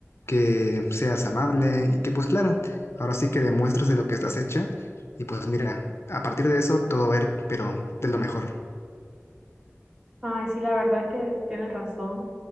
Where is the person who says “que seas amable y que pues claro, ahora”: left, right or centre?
Left